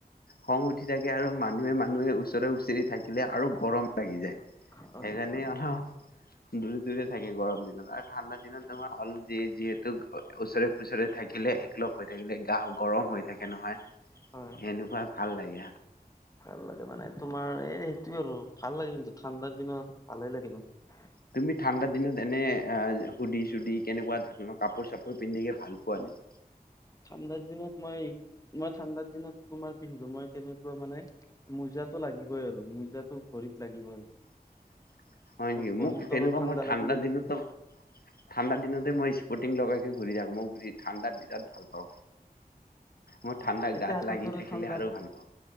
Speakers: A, on the left (about 75°); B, on the left (about 20°).
A: খং উঠি থাকে আৰু মানুহে মানুহে ওচৰে ওচৰি থাকিলে আৰু গৰম লাগি যায়।
B: হয়
A: সেইকাৰণে
B: হয়
A: অলপ দূৰে দূৰে----। থাকে গৰম দিনত আৰু ঠাণ্ডা দিনত তোমাৰ হ'ল য যিহেতু ওচৰে পুচৰে থাকিলে এককলগ হৈ থাকে। হে কাৰণে গা গৰম হৈ থাকে নহয়।
B: হয়
A: এনেকুৱা ভাল লাগে।
B: ভাল লাগে মানে তোমাৰ এই সেইটো আৰু ভাল লাগে কিন্তু ঠাণ্ডাৰ দিনত ভালে লাগে কিন্তু।
A: তুমি ঠাণ্ডা দিনত এনে আহ সুধি চুধি কেনেকুৱা <unintelligible> কাপোৰ চাপোৰ পিন্ধিকে ভাল পোৱা নাই।
B: ঠাণ্ডাৰ দিনত মই মই ঠাণ্ডাৰ দিনত তোমাৰ পিন্ধো মই তেনেকুৱা মানে, মোজাটো লাগিবই আৰু মোজাটো ভৰিত লাগিবই।
A: <inaudible> হয়
B: মোৰ
A: নেকি
B: ভৰিৰ
A: মোক
B: তলত
A: তেনেকুৱা মই ঠাণ্ডা
B: লাগিলে
A: দিনতো ঠাণ্ডা দিনতে মই <unintelligible> <unintelligible> লগাইকে ঘূৰি আহো, মই <unintelligible> ঠাণ্ডা বিৰাট ভাল পাওঁ। মোৰ ঠাণ্ডা
B: এতিয়া
A: গাত
B: আগৰ
A: লাগি
B: দৰে
A: থাকিলে
B: ঠাণ্ডা
A: আৰু ভাল পাওঁ।